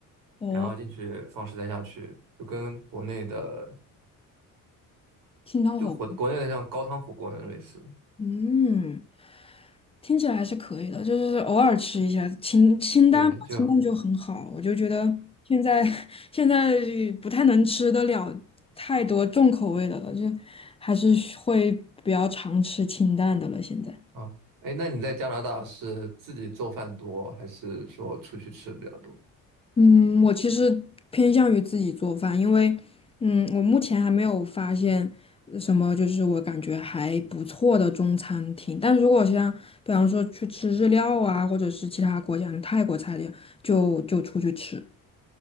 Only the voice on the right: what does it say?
然后进去放食材下去，就跟国内的
就火国内的像高汤火锅那种类似。
对，就
啊，哎，那你在加拿大是自己做饭多，还是说出去吃比较多？